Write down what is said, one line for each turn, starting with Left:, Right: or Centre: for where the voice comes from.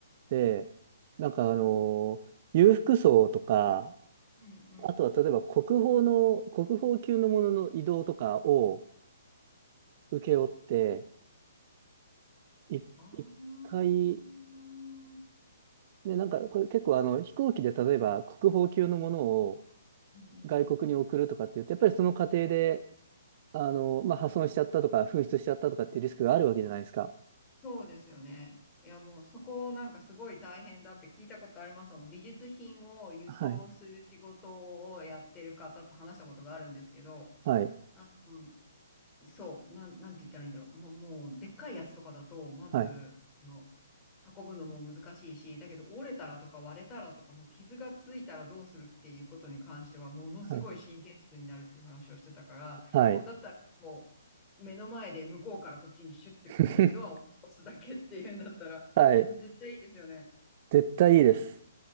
Right: で、なんかあのー裕福層とか、
Left: うんうん。
Right: あとは例えば国宝の、国宝級のものの移動とかを請け負って、い一回、
Left: ああ。うんうん。
Right: ね、なんかこれ結構あの飛行機で例えば国宝級のものを
Left: うん
Right: 外国に送るとかって言って、やっぱりその過程で、あのまあ、破損しちゃったとか、紛失しちゃったとかっていうリスクがあるわけじゃないですか。
Left: そうですよね。いや、もうそこなんかすごい大変だって聞いたことありますもん。美術品を輸送する仕事をやってる方と話したことがあるんですけど、
Right: はい。はい。
Left: あ、うんそう、なん、なんて言ったらいいんだろう。もう、もうでっかいやつとかだと、まず、
Right: はい。
Left: の、運ぶのも難しいし、だけど折れたらとか割れたらとか、もう傷がついたらどうするっていうことに関しては、ものすごい神経質になるっていう話をしてたから、
Right: はい。はい。
Left: もうだったら、こう、目の前で向こうからこっちにシュッてこうね、
Right: <laughs>
Left: ドアを押すだけっていうんだったら、
Right: はい。
Left: もう絶対いいですよね。
Right: 絶対いいです。